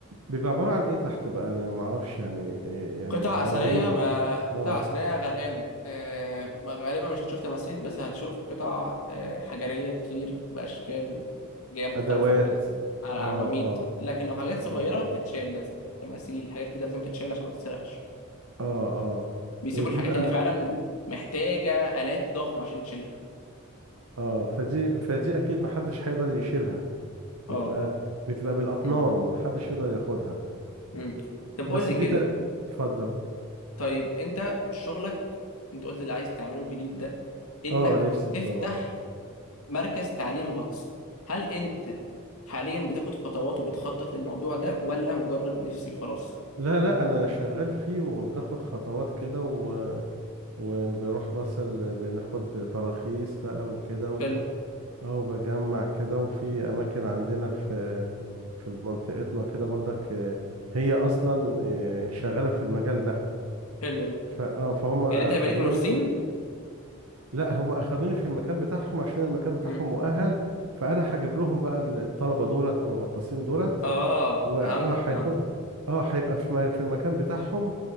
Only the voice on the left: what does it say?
قطع
أثرية ما قطع
أثرية غرقانة آه غالبا مش هتشوف تماثيل بس هتشوف قطع آه حجرية كتير بأشكال وأحجام مختلفة
وكده على عواميد
لكن لو حاجات صغيرة
بتتشال لازم تماثيل حاجات كده لازم تتشال عشان ما تتسرقش
بيسيبوا
الحاجات
اللي فعلا محتاجة آلات ضخمة عشان تشيلها
اه
مم.
مم. طب
قول لي
كده
طيب انت شغلك انت قلت اللي عايز تعمله الجديد ده انك
تفتح مركز تعليم غطس هل انت حاليا بتاخد خطوات وبتخطط للموضوع ده ولا مجرد نفسي وخلاص
حلو
حلو ده
يعني انت هيبقى ليك منافسين
مم.
اه
فهمتك
فهمتك